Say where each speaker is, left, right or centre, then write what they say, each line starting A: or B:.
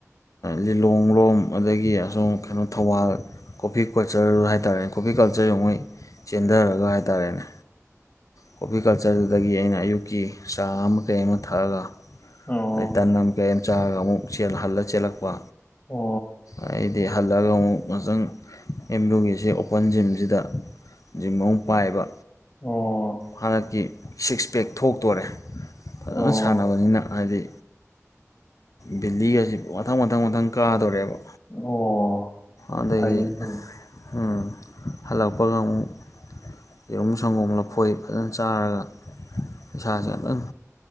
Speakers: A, on the left (about 85°); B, on the left (about 30°).
A: ꯂꯤꯂꯣꯡ ꯂꯣꯝ ꯑꯗꯒꯤ ꯑꯁꯨꯝ ꯀꯩꯅꯣ ꯊꯧꯕꯥꯜ ꯀꯣꯐꯤ ꯀꯜꯆꯔ ꯍꯥꯏꯇꯥꯔꯦꯅꯦ ꯀꯣꯐꯤ ꯀꯜꯆꯔ ꯃꯣꯏ ꯆꯦꯟꯊꯔꯒ ꯍꯥꯏꯇꯥꯥꯔꯦꯅꯦ ꯀꯣꯐꯤꯀꯜꯆꯔꯗꯨꯗꯒꯤ ꯑꯩꯅ ꯑꯌꯨꯛꯀꯤ ꯆꯥ ꯑꯃ ꯀꯩ ꯑꯃ ꯊꯛꯑꯒ
B: ꯑꯣ
A: ꯑꯗꯩ ꯇꯟ ꯑꯃ ꯀꯩ ꯑꯃ ꯆꯥꯔꯒ ꯑꯃꯨꯛ ꯍꯜꯂ ꯆꯦꯜꯂꯛꯄ
B: ꯑꯣ
A: ꯑꯩꯗꯤ ꯍꯜꯂꯛꯑꯒ ꯑꯃꯨꯛ ꯉꯥꯛꯇꯪ ꯑꯦꯝ ꯌꯨꯒꯤꯁꯦ ꯑꯣꯄꯟ ꯖꯤꯝꯁꯤꯗ ꯖꯤꯝ ꯑꯃꯣꯛ ꯄꯥꯏꯕ
B: ꯑꯣ ꯑꯣ
A: ꯍꯟꯗꯛꯀꯤ ꯁꯤꯛꯁ ꯄꯦꯛ ꯊꯣꯛꯇꯣꯔꯦ ꯐꯖꯅ
B: ꯑꯣ
A: ꯁꯥꯟꯅꯕꯅꯤꯅ ꯍꯥꯏꯗꯤ ꯚꯦꯜꯂꯤꯒ ꯑꯁꯤ ꯃꯊꯪ ꯃꯊꯪ ꯃꯊꯪ ꯀꯥꯗꯣꯔꯦꯕ
B: ꯑꯣ
A: ꯑꯗꯒꯤ
B: ꯐꯩꯌꯦ ꯐꯩꯌꯦ
A: ꯎ ꯍꯜꯂꯛꯄꯒ ꯑꯃꯨꯛ ꯌꯦꯔꯨꯝ ꯁꯪꯒꯣꯝ ꯂꯐꯣꯏ ꯐꯖꯅ ꯆꯥꯔꯒ ꯏꯁꯩꯥꯁꯦ ꯑꯗꯨꯇꯪ